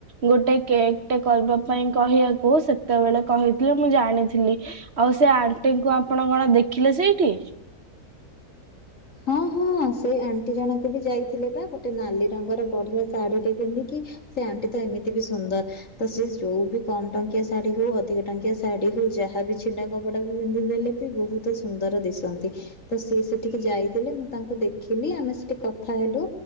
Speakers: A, on the right (about 45°); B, on the left (about 50°).
A: ଗୋଟେ କେକ୍ ଟେ କରିବା ପାଇଁ କହିବାକୁ। କୁ ସେତେବେଳେ କହିଥିଲେ ମୁଁ ଜାଣିଥିଲି, ଆଉ ସେ ଆଣ୍ଟିଙ୍କୁ ଆପଣ କଣ ଦେଖିଲେ ସେଇଠି? <inaudible>
B: <unintelligible> ହଁ ହଁ ସେ ଆଣ୍ଟି ଜଣକ ବି ଯାଇଥିଲେ ପା ଗୋଟେ ନାଲି ରଙ୍ଗର ବଢିଆ ଶାଢୀଟେ ପିନ୍ଧିକି। ସେ ଆଣ୍ଟି ତ ଏମିତି ବି ସୁନ୍ଦର ତ ସେ ଯୋଉ ବି କମ ଟଙ୍କିଆ ଶାଢୀ ହଉ ଅଧିକ ଟଙ୍କିଆ ଶାଢୀ ହଉ। ଯାହା ବିି ଛିଣ୍ଡା କପଡା ବି ପିନ୍ଧି ଦେଲେ ବି ବହୁତ ସୁନ୍ଦର ଦିଶନ୍ତି ତ ସେ ସେଠିକି ଯାଇ ଥିଲେ ମୁଁ ତାଙ୍କୁ ଦେଖିଲି ଆମେ ସେଠି କଥା ହେଲୁ